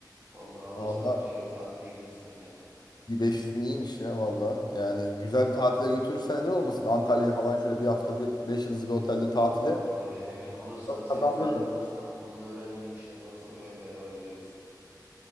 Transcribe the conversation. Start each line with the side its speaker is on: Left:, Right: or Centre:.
Right: Valla alırsam
Left: Allah
Right: güzel bir tatile gideriz seninle.
Left: bir 500 bin iyiymiş ya valla. Yani güzel bir tatile götürürsen neden olmasın? Antalya'ya falan şöyle bir hafta bir 5 yıldızlı bir otelde tatile
Right: Abi abi hemen alırsam, senin
Left: kazandırırım.
Right: sayende alırsam, buradan öğrendiğim bir şeyler alırsam hemen beraber gideriz.